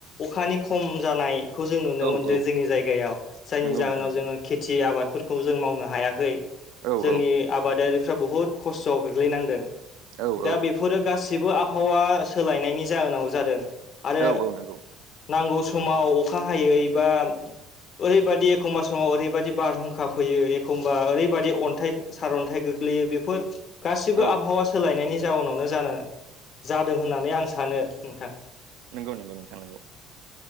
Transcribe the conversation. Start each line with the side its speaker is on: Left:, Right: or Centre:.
Left: अखानि खम जानाय खौ जों नुनो
Right: औ
Left: मोन्दों
Right: औ
Left: जोंनि जायगायाव जायनि
Right: नंगौ
Left: जाहोनाव
Right: नोंथां नंगौ
Left: जोङो खेथि आबादफोरखौ जों मावनो हायाखै जोंनि
Right: औ औ
Left: आबादारिफ्रा बुहुद खस्थ'आव गोग्लैनांदों
Right: औ औ
Left: दा बेफोरो गासैबो बो आबहावा सोलायनायनि जाहोनाव जादों। आरो
Right: औ औ नंगौ
Left: नांगौ समाव अखा हायै बा ओरैबायदि एखमबा समाव ओरैबायदि बारहुंखा फैयो एखमबा ओरैबायदि अन्थाइ सारअन्थाइ गो लैयो बेफोर गासिबो
Right: औ
Left: आब सोलायनायनि जाउनावनो जानो जादों होननानै आं सानो नोंथां
Right: नंगौ नंगौ नोंथां नंगौ